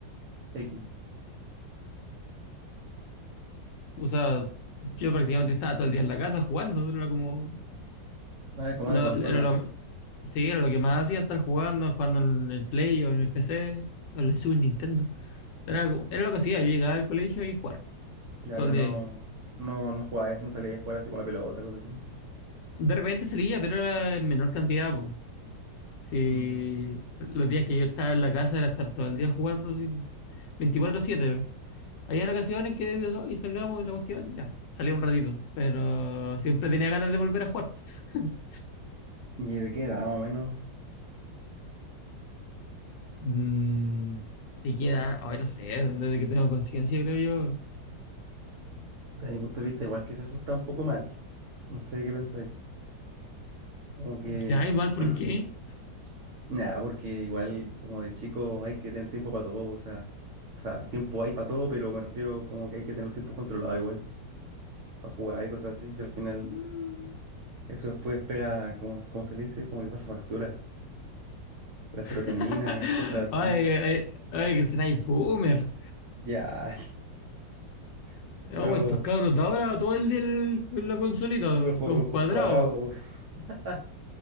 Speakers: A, on the right; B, on the left.
A: X.
B: o sea, yo prácticamente estaba todo el día en la casa jugando, pero era como...
A: Ah, como
B: Lo,
A: más de consola.
B: era lo- sí, era lo que más hacía, estar jugando, jugando en el Play o en el PC, o en la Super Nintendo. Era, como- era lo que hacía, yo llegaba al colegio y jugar
A: Ya,
B: todo
A: pero
B: el día
A: no,
B: ahí.
A: no, no jugaba eso, no salía a jugar así con la pelota, cosas así.
B: De repente salía, pero era en menor cantidad, po. Sí,
A: Mm.
B: los días que yo estaba en la casa era estar todo el día jugando, así, 24/7. Había ocasiones que y salgamos y la cuestión, y ya, salía un ratito, pero siempre tenía ganas de volver a jugar. <laughs>
A: ¿Y de qué edad, más o menos?
B: Mm, te queda, ay, no sé, desde que tengo conciencia, creo yo.
A: Desde mi punto de vista, igual quizás eso está un poco mal. No sé qué pensáis. Como que.
B: Ya, igual, ¿por
A: <clears throat>
B: qué?
A: Nada, porque igual como de chico hay que tener tiempo para todo, o sea. O sea, tiempo hay para todo, pero me refiero como que hay que tener el tiempo controlado igual, para jugar y cosas así. Si al final.
B: Mm.
A: Eso después pega, ¿cómo, cómo se le dice? Como que pasa factura. La serotonina,
B: <laughs>
A: cosas
B: Ay,
A: así.
B: ay, ay, que será boomer.
A: Ya, <laughs>
B: No,
A: pero
B: estos cabros de ahora, todo el día el- en la consolita,
A: el ojo,
B: los
A: el ojo
B: cuadrados.
A: cuadrado. <laughs>